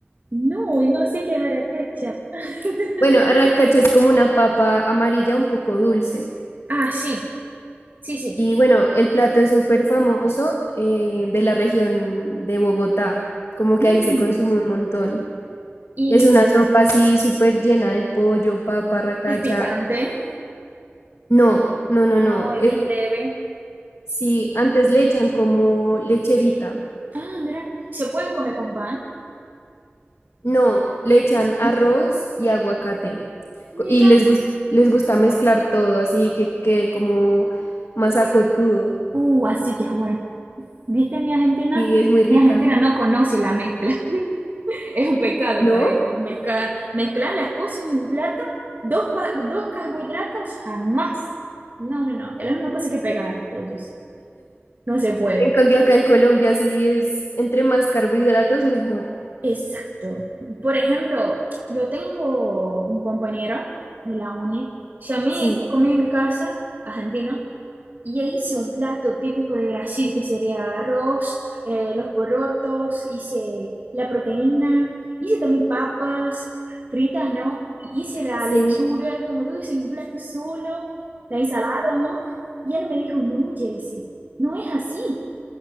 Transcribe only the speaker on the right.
No, y no sé qué es arracacha. <laughs>
Ah, sí, sí, sí.
Mm,
Y
es picante,
no, es
bien leve.
Ah, mira, se puede comer con pan.
Oh,
mira.
Uh, así que es bueno. ¿Viste mi Argentina?
Mi Argentina no conoce la mezcla. Es un pecado
para ellos. Mezcla, mezclar las cosas en un plato, dos, cua- dos carbohidratos, jamás. No, no, no. Es la misma cosa que pegar ellos. No se puede.
Exacto. Por ejemplo, yo tengo un compañero de la uni, llamé,
comí en mi casa, argentino, y hice un plato típico de Brasil que sería arroz, eh, los porotos, hice la proteína, hice también papas fritas, ¿no? Hice la
lechuga, como todo hice un plato solo, la ensalada, ¿no? Y él me dijo, no, Jesse, no es así.